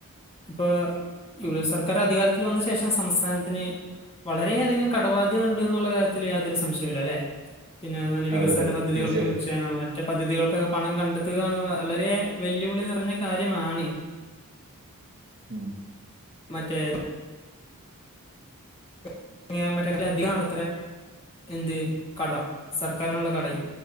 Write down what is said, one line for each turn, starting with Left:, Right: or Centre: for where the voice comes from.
Left: ഇപ്പോ യു
Right: അതെ
Left: ഡി എഫ് സർക്കാർ അധികാരത്തിൽ വന്ന ശേഷം സംസ്ഥാനത്തിന് വളരെയധികം കടബാധ്യതണ് ന്ന്ള്ള കാര്യത്തിൽ യാതൊരു സംശയുല്ലലേ പിന്നെ അതുതന്നെ വികസന
Right: അതെ അതെ
Left: പദ്ധതികൾക്കും
Right: തീർച്ചയായിട്ടും
Left: ക്ഷേമ മറ്റെ പദ്ധതികൾക്കൊക്കെ പണം കണ്ടെത്തുക വളരെ വെല്ലുവിളി നിറഞ്ഞ കാര്യമാണ്
Right: ഉം
Left: മറ്റേ <unintelligible> അധികാണത്രേ എന്ത് കടം സർക്കാരിന്ള്ള കടെയ്